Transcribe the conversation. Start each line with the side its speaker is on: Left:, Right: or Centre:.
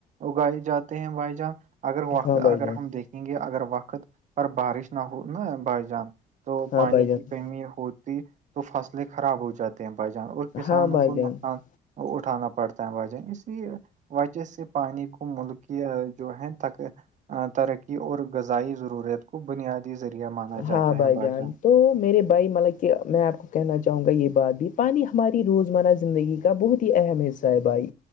Right: اگائے جاتے ہیں بھائی جان اگر وقت
Left: ہاں بھائی
Right: اگر
Left: جان
Right: ہم دیکھیں گے اگر وقت پر بارش نہ ہو نہ بائی جان تو پانی
Left: ہاں بھائی جان
Right: کی کمی ہوتی تو فصلیں خراب ہو جات ہیں بائی جان اور کسانوں
Left: ہاں بھائی
Right: کو
Left: جان
Right: نقصان اٹھانا پڑتا ہے وجہ اس لیے وجہ سے پانی کو ملکی جو ہے تک ترقی اور غذائی ضرورت کو بنیادی ذریعہ مانا
Left: ہاں
Right: جاتا
Left: بھائی
Right: ہے بادشاہ
Left: جان تو میرے بھائی مطب کہ میں آپ کو کہنا چاہوں گا یہ بات بھی پانی ہماری روزمرہ زندگی کا بہت ہی اہم حصہ ہے بھائی